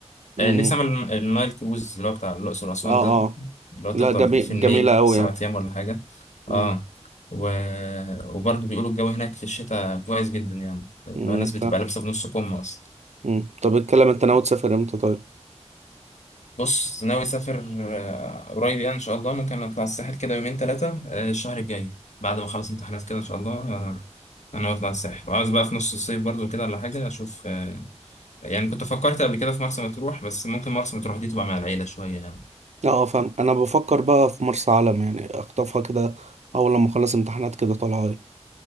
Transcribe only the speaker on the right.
امم
اه
اه
لا جميل
جميلة أوي
يعني
امم
امم
فاهم
امم طب اتكلم انت ناوي تسافر امتى طيب
اه فاهم انا بفكر بقى في مرسى علم يعني اخطفها كده اول لما اخلص امتحانات كده طالعة ايه